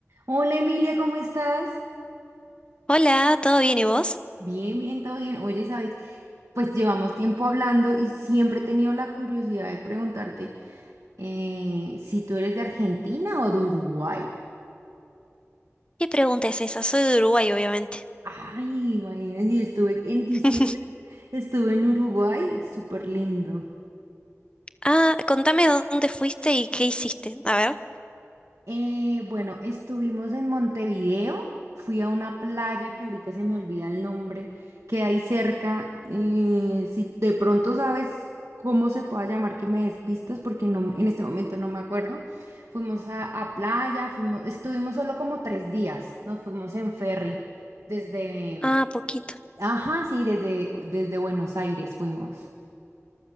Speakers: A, on the right (about 80°); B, on the left (about 20°).
A: Hola Emilia, ¿cómo estás?
B: Hola, ¿todo bien y vos?
A: Bien, bien, todo bien. Oye, ¿sabes? Pues llevamos tiempo hablando y siempre he tenido la curiosidad de preguntarte eh, si tú eres de Argentina o de Uruguay.
B: ¿Qué pregunta es esa? Soy de Uruguay, obviamente.
A: Ay, imagínate, yo estuve en diciembre,
B: <laughs>
A: estuve en Uruguay, súper lindo.
B: Ah, contame dónde fuiste y qué hiciste. A ver.
A: Eh, bueno, estuvimos en Montevideo, fui a una playa que ahorita se me olvida el nombre, que hay cerca. eh, si de pronto sabes cómo se pueda llamar, que me despistas, porque no, en este momento no me acuerdo. Fuimos a, a playa, fuimos, estuvimos solo como tres días, nos fuimos en ferry, desde,
B: Ah, poquito.
A: ajá, sí, desde, desde Buenos Aires fuimos,